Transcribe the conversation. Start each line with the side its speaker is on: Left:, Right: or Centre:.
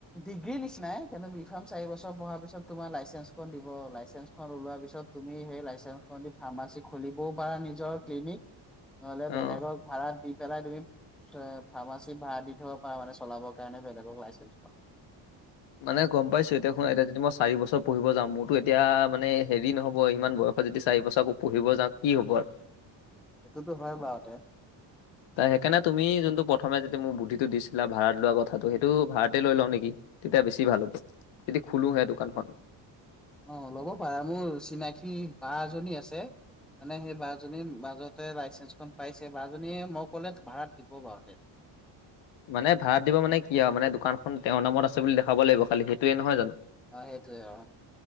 Centre: ডিগ্ৰী নিচিনাই। কিন্তু ফাৰ্মাচি বছৰ পঢ়া পিছত তোমাৰ লাইচে- চেঞ্চ খন‌ দিব। লাইচেঞ্চ পিছত তুমি সেই লাইচেঞ্চখন দি ফাৰ্মাচী খুলিব পাৰা নিজৰ তুমি
Left: অ
Centre: বেলেগক ভাড়া দি পেলাই তুমি এ ফাৰ্মাচিত ভাড়া দি থব পাৰা। মানে চলাবৰ কাৰণে বেলেগক লাইচেঞ্চখন।
Left: মানে গম পাইছো। এতিয়া শুনা এতিয়া যদি মই চাৰি বছৰ পঢ়িব যাওঁ মোৰতো এতিয়া মানে হেভি নহ'ব। ইমান বয়সত যদি চাৰি বছৰ আকৌ পঢ়িব যাওঁ কি হ'বৰ।
Centre: সেইটোতো হয় বাৰতে
Left: তা সেইকাৰণে তুমি যোনটো প্ৰথমে যেতিয়া মোৰ বুদ্ধিটো দিছিলা ভাড়াত লোৱা কথাটো সেইটো ভাড়াতেই লৈ লওঁ নেকি। তেতিয়া বেছি ভাল হ'ব। যদি খোলোহে দোকানখন
Centre: অ' ল'ব পাৰো মোৰ চিনাক- ঠি বা জনী আছে মানে সে বা জনীৰ মাজত লাইচেঞ্চখন পাইছে বা এজনীয়ে মই ক'লে ভাড়া দিব বাৰতে।
Left: মানে ভাড় দিব মানে কি আও মানে দোকানখন তেওঁৰ নামত আছে বুলি দেখাব লাগিব। খালি সেইটোৱে নহয় জানো।
Centre: আহ সেইটো অহ।